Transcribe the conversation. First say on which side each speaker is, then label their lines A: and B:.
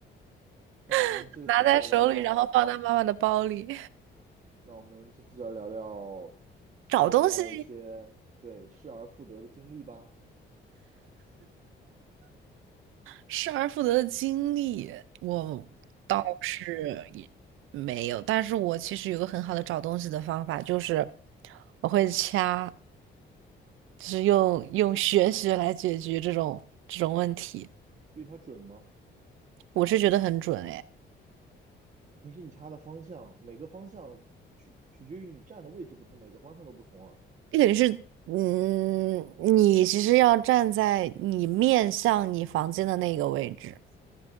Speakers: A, on the right; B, on the right.
A: 那我们这次就来聊聊，
B: <laughs> 拿在手里，然后放在妈妈的包里。
A: 那我们这次就来聊聊，
B: 找东西
A: 你有没有一些对失而复得的经历吧？
B: 失而复得的经历，我倒是也没有，但是我其实有个很好的找东西的方法，就是我会掐，就是用用玄学来解决这种这种问题，
A: 对它准吗？
B: 我是觉得很准诶。
A: 可是你插的方向，每个方向取取决于你站的位置不同，每个方向都不同啊。
B: 这等于是，嗯，你其实要站在你面向你房间的那个位置。